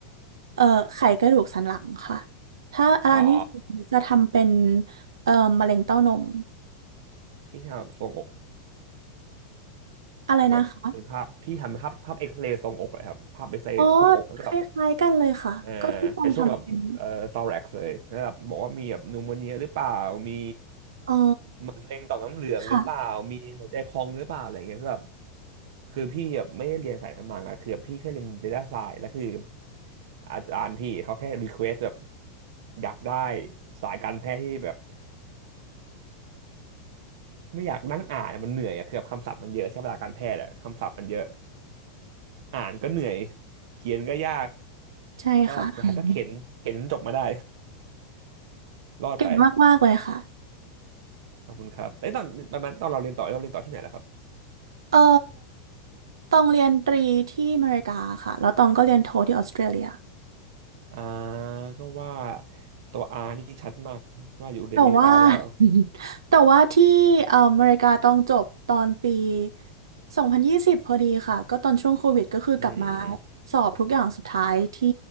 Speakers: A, on the right; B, on the right.
A: เอ่อไขกระดูกสันหลังค่ะถ้าอันนี้
B: อ๋อ
A: จะทำเป็นเอ่อมะเร็งเต้านม
B: พี่ทำแบบทรงอก
A: อะไรนะคะ
B: แบบเป็นภาพพี่ทำภาพภาพเอ็กซเรย์ทรงอกเลยครับภาพเอ็กซเรย์ทรงอกแล้วก็
A: อ๋อคล้ายๆกันเลยค่ะก็ที่ตองทำเป็น
B: เออเป็นช่วงแบบเอ่อซอแร็กเลยแล้วแบบบอกว่ามีแบบนูโมเนียหรือเปล่ามี
A: อ๋อ
B: มะเร็งต่อมน้ำเหลืองหรือเปล่ามีหัวใจพองหรือเปล่าอะไรเงี้ยก็แบบ
A: ค่ะ
B: คือพี่แบบไม่ได้เรียนสายมังอะคือแบบพี่แค่เรียน Data Science แล้วคืออาจารย์พี่เขาแค่รีเควสแบบอยากได้สายการแพทย์ที่แบบไม่อยากนั่งอ่านอะมันเหนื่อยอะคือแบบคำศัพท์มันเยอะใช้เวลาการแพทย์อะคำศัพท์มันเยอะอ่านก็เหนื่อยเขียนก็ยาก
A: ใช่ค่ะอืม
B: ก็สุดท้ายก็เข็นเข็นจนจบมาได้รอดไป
A: เก่งมากๆเลยค่ะ
B: ขอบคุณครับไอ้ยตอนประมาณตอนเราเรียนต่อเราเรียนต่อที่ไหนล่ะครับ
A: เอ่อตองเรียนตรีที่อเมริกาค่ะแล้วตองก็เรียนโทที่ออสเตรเลีย
B: อ่าก็ว่าตัว R นี่ชัดมากว่าอยู่อเมริกาหรือเปล่า
A: แต่ว่า <laughs> แต่ว่าที่เอ่ออเมริกาตองจบตอนปี2020พนยี่สิบพอดีค่ะก็ตอนช่วงโควิดก็คือกลับมา
B: อืม
A: สอบทุกอย่างสุดท้ายที่